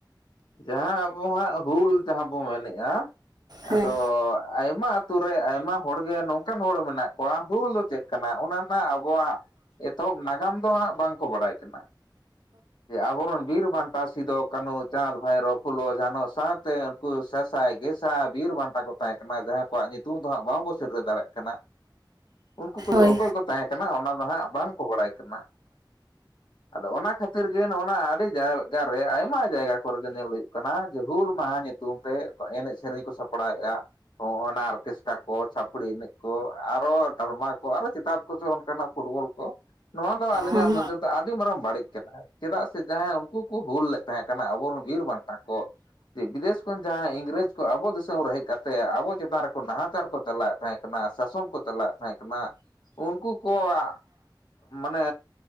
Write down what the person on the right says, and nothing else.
ᱦᱮᱸ
ᱦᱳᱭ
ᱦᱮᱸ